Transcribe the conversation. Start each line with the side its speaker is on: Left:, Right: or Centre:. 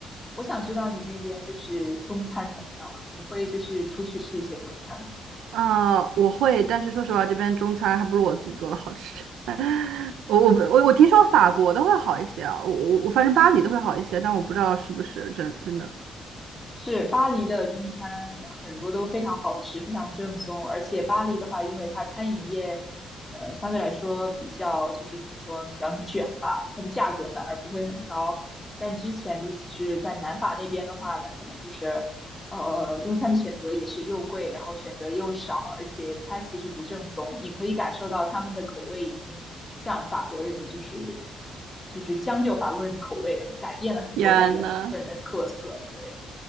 Left: 我想知道你那边就是中餐怎么样啊？你会就是出去吃一些中餐吗？
Right: 呃，我会，但是说实话，这边中餐还不如我自己做的好吃。<laughs> 我我不我我听说法国的会好一些啊，我我我反正巴黎的会好一些，但我不知道是不是真真的。
Left: 是巴黎的中餐很多都非常好吃，非常正宗。而且巴黎的话，因为它餐饮业，呃，相对来说比较就是怎么说，比较卷吧，它的价格反而不会很高。但之前就是在南法那边的话，那可能就是，呃，中餐的选择也是又贵，然后选择又少，而且它其实不正宗。你可以感受到他们的口味已经像法国人，就是就是将就法国人的口味，然后改变了很多它原本的特色。
Right: 天呐，
Left: 对。